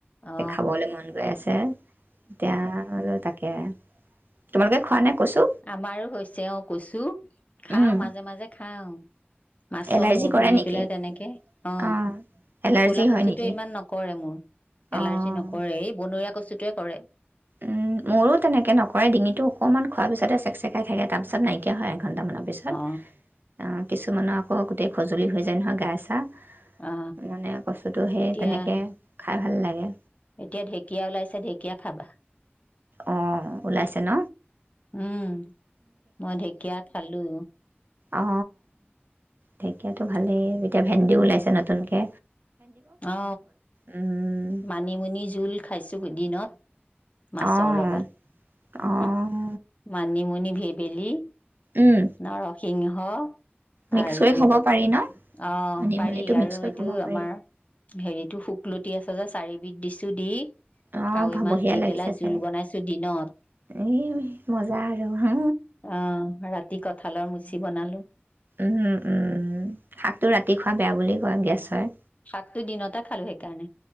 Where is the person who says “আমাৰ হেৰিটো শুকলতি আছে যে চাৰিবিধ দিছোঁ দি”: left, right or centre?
Left